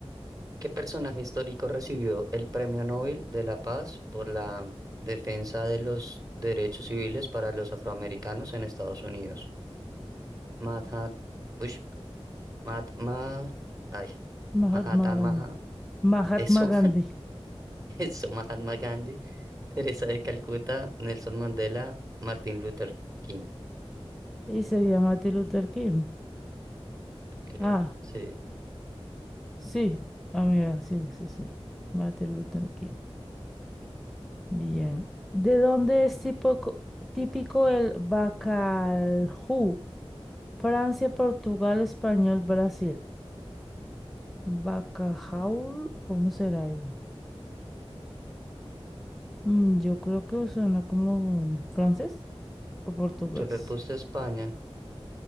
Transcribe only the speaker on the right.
¿Qué personaje histórico recibió el Premio Nobel de la Paz por la defensa de los derechos civiles para los afroamericanos en Estados Unidos? Mahatma, ush, Mahatma, ay,
Mahatma, Maha-
eso,
<laughs> eso, Mahatma Gandhi, Teresa de Calcuta, Nelson Mandela, Martin Luther King.
Ok,
sí.
Yo le puse España,